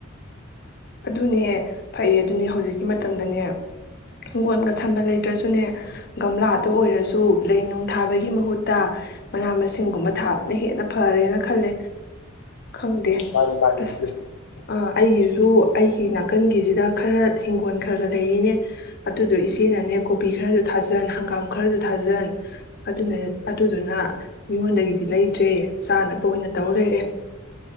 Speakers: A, on the left; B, on the left.
A: ꯑꯗꯨꯅꯦ ꯐꯩ ꯑꯗꯨꯅꯦ ꯍꯧꯖꯤꯛꯀꯤ ꯃꯇꯝꯗꯅꯦ ꯍꯤꯡꯒꯣꯟꯒ ꯁꯝꯕ ꯂꯩꯇ꯭ꯔꯁꯨꯅꯦ ꯒꯝꯂꯥꯗ ꯑꯣꯏꯔꯁꯨ ꯂꯩ ꯅꯨꯡ ꯊꯥꯕꯒꯤ ꯃꯍꯨꯠꯇ ꯃꯅꯥ ꯃꯁꯤꯡꯒꯨꯝꯕ ꯊꯥꯕꯅ ꯍꯦꯟꯅ ꯐꯔꯦꯅ ꯈꯜꯂꯦ ꯈꯪꯗꯦ
B: ꯃꯥꯅꯤ ꯃꯥꯅꯤ
A: ꯑꯁ
B: ꯏꯆꯦ
A: ꯑ ꯑꯩꯒꯤꯁꯨ ꯑꯩꯒꯤ ꯅꯥꯀꯟꯒꯤꯁꯤꯗ ꯈꯔ ꯍꯤꯡꯒꯣꯜ ꯈꯔꯒ ꯂꯩꯔꯤꯅꯦ ꯑꯗꯨꯗꯣ ꯏꯆꯦꯅꯅꯦ ꯀꯣꯕꯤ ꯈꯔꯁꯨ ꯊꯥꯖꯟ ꯍꯪꯒꯥꯝ ꯈꯔꯁꯨ ꯊꯥꯖꯟ ꯑꯗꯨꯅ ꯑꯗꯨꯗꯨꯅ ꯃꯤꯉꯣꯟꯗꯒꯤꯗꯤ ꯂꯩꯗꯔ꯭ꯦ ꯆꯥꯅꯕ ꯑꯣꯏꯅ ꯇꯧꯔ ꯂꯩꯔꯦ